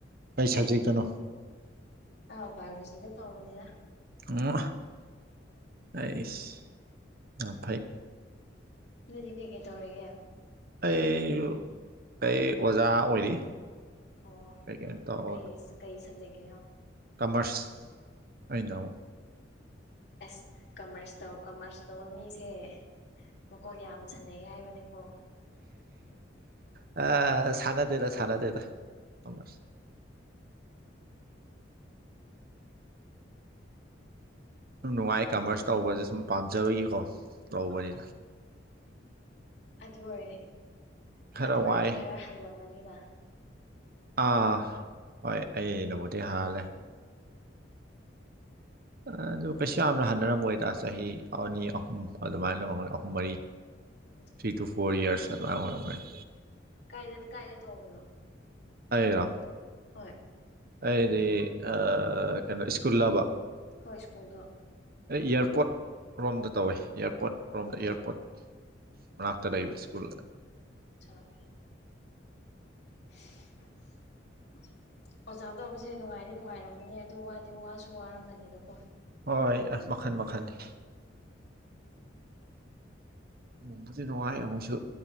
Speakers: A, on the right; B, on the left.
A: ꯀꯩ ꯁꯕꯖꯦꯛꯇꯅꯣ
B: ꯑ ꯕꯥꯌꯣꯂꯣꯖꯤꯗ ꯇꯧꯕꯅꯦꯗ
A: ꯑꯣ ꯑꯩꯁ ꯌꯝ ꯐꯩ
B: ꯅꯣꯏꯗꯤ ꯀꯩꯀꯩ ꯇꯧꯔꯤꯒꯦ
A: ꯑꯩꯖꯨ ꯑꯩ ꯑꯣꯖꯥ ꯑꯣꯏꯔꯤ
B: ꯑꯣ
A: ꯀꯩ ꯀꯩꯅꯣ ꯇꯧꯔꯒ
B: ꯀꯩꯁ ꯀꯩ ꯁꯕꯖꯦꯛꯀꯤꯅꯣ
A: ꯀꯃꯔꯁ ꯑꯩꯅꯃꯨꯛ
B: ꯑꯁ ꯀꯃꯔꯁ ꯇꯧ ꯀꯃꯔꯁ ꯇꯧꯕ ꯃꯤꯁꯦ ꯃꯀꯣꯛ ꯌꯥꯝ ꯁꯥꯟꯅꯩ ꯍꯥꯏꯕꯅꯦꯀꯣ
A: ꯑ ꯁꯥꯅꯠ ꯇꯦꯗ ꯁꯥꯅꯗꯦꯗ ꯀꯃꯔꯁ ꯎꯝ ꯅꯨꯡꯉꯥꯏꯌꯦ ꯀꯃꯔꯁ ꯇꯧꯕꯖꯦ ꯁꯨꯝ ꯄꯥꯝꯖꯕꯒꯤꯀꯣ ꯇꯧꯕꯅꯤ
B: ꯑꯥ ꯑꯗꯨ ꯑꯣꯏ
A: ꯈꯔ
B: ꯑꯗꯨ ꯑꯣꯏꯔꯗꯤ
A: ꯋꯥꯏ
B: ꯈꯔ ꯍꯜꯂꯝꯃꯅꯤꯅ
A: ꯑꯥ ꯍꯣꯏ ꯑꯩꯅꯕꯨꯗꯤ ꯍꯥꯜꯂꯦ ꯑ ꯑꯗꯨ ꯀꯩꯁꯨ ꯌꯥꯝꯅ ꯍꯟꯅꯔꯝꯃꯣꯏꯗ ꯆꯍꯤ ꯑꯅꯤ ꯑꯍꯨꯝ ꯑꯗꯨꯃꯥꯏꯅ ꯑꯣꯏꯔꯝꯒꯅꯤ ꯑꯍꯨꯝ ꯃꯔꯤ
B: <inaudible>
A: ꯊ꯭ꯔꯤ ꯇꯨ ꯐꯣꯔ ꯏꯌꯔꯁ ꯑꯗꯨꯃꯥꯏ ꯑꯣꯏꯔꯝꯒꯅꯤ
B: ꯀꯥꯏꯗ ꯀꯥꯏꯗ ꯇꯣꯡꯕꯅꯣ
A: ꯑꯩꯔꯣ
B: ꯍꯣꯏ
A: ꯑꯩꯗꯤ ꯑ ꯀꯩꯅꯣ ꯁ꯭ꯀꯨꯜ ꯂꯥꯕ
B: ꯍꯣꯏ ꯁ꯭ꯀꯨꯜꯗꯣ
A: ꯑꯩ ꯏꯌꯥꯔꯄꯣꯠ ꯔꯣꯝꯗ ꯇꯧꯋꯦ ꯏꯌꯥꯔꯄꯣꯠ ꯔꯣꯝꯗ
B: ꯑꯣ
A: ꯏꯌꯥꯔꯄꯣꯔꯠ ꯃꯅꯥꯛꯇ ꯂꯩꯕ ꯁ꯭ꯀꯨꯜꯗ
B: ꯑꯁꯥ <unintelligible> ꯑꯣꯖꯥ ꯇꯧꯕꯁꯤ ꯅꯨꯡꯉꯥꯏꯗꯤ ꯅꯨꯡꯉꯥꯏꯔꯝꯒꯅꯤ ꯑꯗꯨ ꯋꯥꯗꯤ ꯋꯥꯁꯨ ꯋꯥꯔꯝꯒꯅꯤꯗꯀꯣ
A: ꯍꯣꯏ ꯑ ꯃꯈꯟ ꯃꯈꯟꯅꯤ ꯑꯃꯨꯛꯁꯨ ꯅꯨꯡꯉꯥꯏ ꯑꯃꯨꯛꯁꯨ